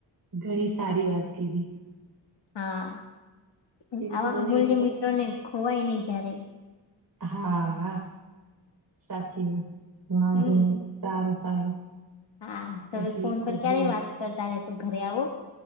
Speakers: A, on the right; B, on the left.
A: ઘણી સારી વાત કીધી.
B: હા આવા
A: કેમ કે બને
B: અમૂલ્ય
A: એટલે
B: મિત્રો ને ખોવાય નહી જ્યારે
A: હા હા સાચી વાત વાંધો
B: હમ
A: નહી સારું સારું
B: હા તમે
A: પછી
B: ફોન
A: કોક
B: પર ક્યારેય
A: દિવસ
B: વાત કરતા રેશો ઘરે આવો